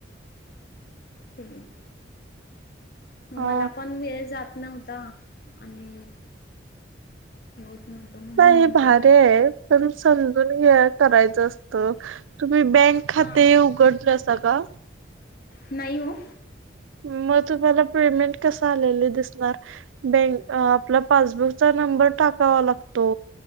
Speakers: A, on the left; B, on the right.
A: ते मग
B: हा
A: मला पण वेळ जात न्हता आणि हे होत नव्हतं म्हणून
B: नाही
A: म्हटलं
B: <unintelligible> पण समजून हे करायचं असत मुही बँक खाते
A: हां
B: उघडलं स का
A: नाहीय हो
B: मग तुम्हाला पेमेंट कस आ दिसणार बक आपला पासबुकचा नंबर टाका लागतो